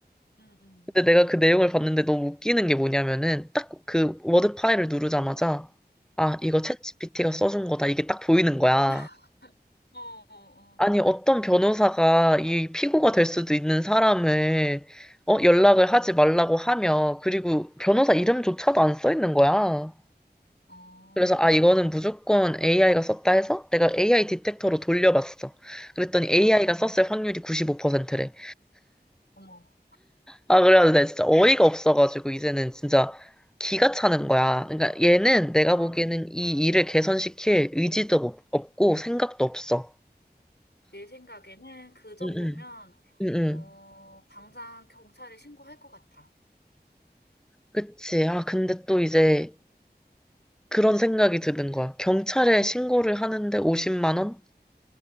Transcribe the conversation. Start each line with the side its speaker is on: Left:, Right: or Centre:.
Left: 음음.
Centre: 근데 내가 그 내용을 봤는데 너무 웃기는 게 뭐냐면은 딱 그 워드 파일을 누르자마자 아, 이거
Left: 음.
Centre: 챗GPT가 써준 거다. 이게 딱 보이는 거야.
Left: 어어어. <laughs> 어.
Centre: 아니, 어떤 변호사가 이 피고가 될 수도 있는 사람을 어, 연락을
Left: 어, 어. 어.
Centre: 하지 말라고 하며 그리고 변호사 이름조차도 안 써 있는 거야.
Left: 어, 어,
Centre: 그래서 아, 이거는 무조건 AI가 썼다 해서 내가 AI 디텍터로 돌려봤어. 그랬더니 AI가
Left: 어,
Centre: 썼을 확률이 95%래.
Left: 어머.
Centre: 아, 그래가지고 내가 진짜 어이가 없어가지고 이제는 진짜 기가 차는 거야. 그러니까 얘는 내가
Left: 와,
Centre: 보기에는 이 일을 개선시킬 의지도 없- 없고 생각도 없어.
Left: 내 생각에는 그 정도면,
Centre: 응응. 응응.
Left: 어, 당장 경찰에 신고할 것 같아.
Centre: 그치. 아, 근데 또 이제 그런 생각이 드는 거야. 경찰에 신고를 하는데 50만 원?